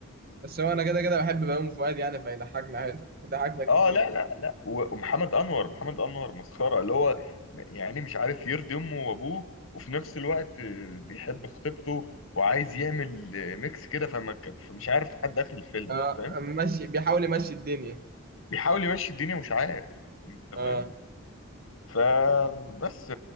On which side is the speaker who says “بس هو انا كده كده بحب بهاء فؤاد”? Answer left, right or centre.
Right